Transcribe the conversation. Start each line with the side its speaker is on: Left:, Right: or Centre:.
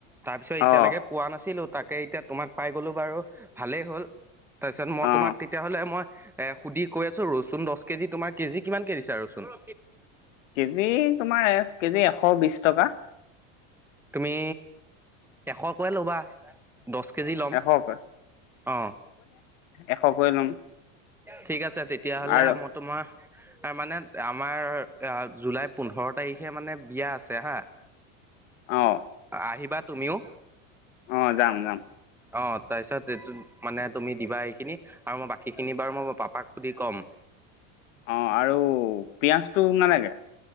Centre: তাৰপিছত এতিয়ালৈকে
Left: অ
Centre: পোৱা নাছিলো তাক কে এতিয়া তোমাক পাই গ'লো বাৰু, ভালে হ'ল, তাৰপিছত মই
Left: অ
Centre: তোমাক তেতিয়া হ'লে মই এহ‌, সুধি কৈ আছো ৰচুন দশ কেজি, তোমাৰ কেজি কিমান কে দিছা ৰচুন?
Left: কেজি তোমাৰ, কেজি এশ বিছ টকা।
Centre: তুমি, এশকৈ ল'বা। দছ কেজি ল'ম,
Left: এশকৈ
Centre: অ,
Left: এশ‌ কৈ ল'ম।
Centre: ঠিক আছে তেতিয়া হ'লে
Left: আৰু
Centre: মই তোমাৰ, মানে আমাৰ জুলাইৰ পোন্ধৰ তাৰিখে মানে বিয়া আছে হা,
Left: অ
Centre: আহিবা তুমিও।
Left: অ', যাম যাম।
Centre: অ', তাৰপিছত, মানে তুমি দিবা এইখিনি, আৰু মই বাকী খিনি বাৰু মই পাপাক সুধি কম। <inaudible>
Left: অ', আৰু, পিয়াজটো নালাগে?